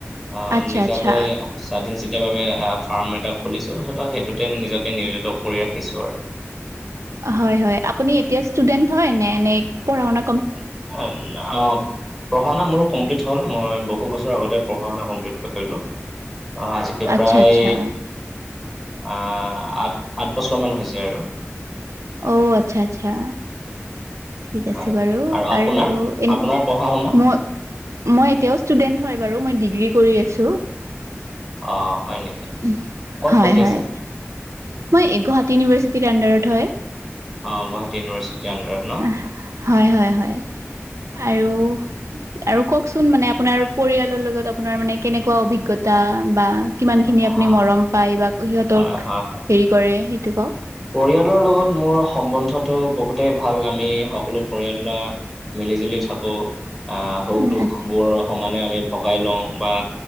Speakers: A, in the centre; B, on the right (about 85°).
A: অ',
B: আচ্ছা
A: নিজাকৈ
B: আচ্ছা
A: স্বাধীন চিতিয়া ভাবে আ ফাৰ্ম এটা খুলিছোঁ। হয়টো সেইটোতে নিজক নিয়োজিত কৰি ৰাখিছো আৰু।
B: হয়-হয় আপুনি এতিয়া ষ্টুডেণ্ট হয় নে? এনে পঢ়া-শুনা
A: <inaudible> অ, পঢ়া-শুনা মোৰ কমপ্লিট হ'ল। মই বহু বছৰ আগতে পঢ়া-শুনা কমপ্লিট কৰিলো। অ, আজি প্ৰায়
B: আচ্ছা আচ্ছা
A: আ আঠ, আঠ বছৰমান হৈছে আৰু।
B: ঔ' আচ্ছা-আচ্ছা। ঠিক আছে
A: হয়
B: বাৰু।
A: আপোনাৰ
B: আৰু এন
A: আপোনাৰ পঢ়া শুনা
B: মই মই এতিয়াও ষ্টুডেণ্ট হয় বাৰু, মই ডিগ্ৰী কৰি আছোঁ।
A: অ হয় নেকি
B: <inaudible>
A: ক'ত
B: হয়-হয়।
A: পঢ়ি আছে
B: মই এ গুৱাহাটী ইউনিভাৰ্চিটিৰ আণ্ডাৰত হয়।
A: অ গুৱাহাট ইউনিভাৰ্চিটি আণ্ডাৰত। ন
B: এ হয়-হয়-হয় আৰু আৰু কওকচোন মানে, আপোনাৰ পৰিয়ালৰ লগত আপোনাৰ মানে, কেনেকুৱা অভিজ্ঞতা বা কিমানখিনি
A: হয়
B: আপুনি মৰম পায় বা সিহঁতক
A: হয় হয় হয়।
B: হেৰি কৰে সেইটো কওক।
A: পৰিয়ালৰ লগত মোৰ সম্বন্ধটো বহুতেই ভাল, আমি সকলো পৰিয়ালৰ মিলি-জুলি থাকো, আহ সুখ-দুখ
B: উম আচ্ছা
A: বোৰ সমানে আমি ভগাই লওঁ বা